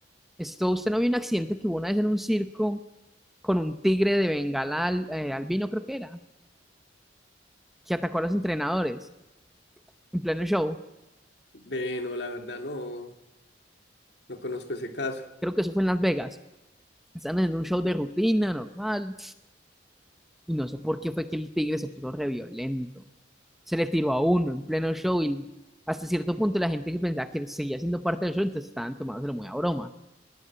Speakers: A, in the centre; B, on the left.
A: esto, usted no vio un accidente que hubo una vez en un circo con un tigre de Bengala al- eh, albino, creo que era, que atacó a los entrenadores en pleno show.
B: Ve, no, la verdad no, no conozco ese caso.
A: Creo que eso fue en Las Vegas. Estaban en un show de rutina normal y no sé por qué fue que el tigre se puso re violento. Se le tiró a uno en pleno show y hasta cierto punto la gente que pensaba que seguía siendo parte del show, entonces estaban tomándoselo muy a broma.